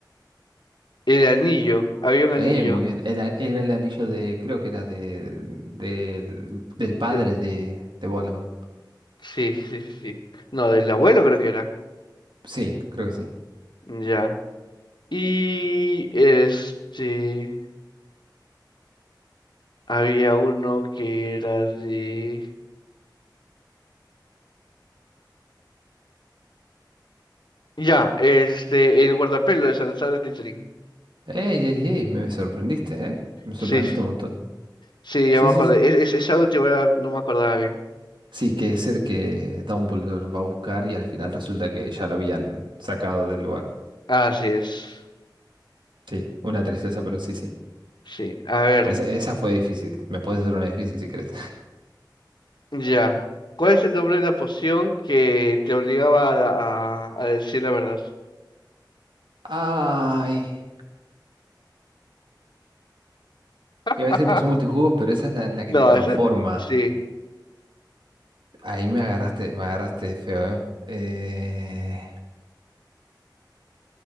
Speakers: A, on the left; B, on the right.
A: el anillo. Había un anillo.
B: Eh, muy bien. Era, era el anillo de, creo que era de, del del padre
A: De-
B: de, de Voldemort.
A: sí, sí, sí. sí. No, del abuelo creo que era.
B: Sí, creo que sí.
A: Ya. Y este, había uno que era de... Ya, este, el guardapelo de Salazar Slytherin.
B: ¡Ey, ey, ey! Me sorprendiste, ¿eh? Me sorprendiste
A: Sí,
B: un montón.
A: sí, ya
B: Sí,
A: me
B: sí,
A: acordé.
B: sí.
A: Es, es- esa última era- no me acordaba bien.
B: Sí, que es el que Dumbledore va a buscar y al final resulta que ya lo habían sacado del lugar.
A: Así es.
B: Sí, una tristeza, pero sí, sí.
A: Sí, a ver,
B: Esa, esa fue difícil. Me puedes hacer una difícil si querés.
A: ya. ¿Cuál es el nombre de la poción que te obligaba a, a- a decir la verdad?
B: <laughs> Ay,
A: <laughs>
B: iba a decir poción multijugos, pero esa es la, la que
A: No,
B: te transforma.
A: ese, sí,
B: Ahí me agarraste, me agarraste feo, ¿eh? Eh,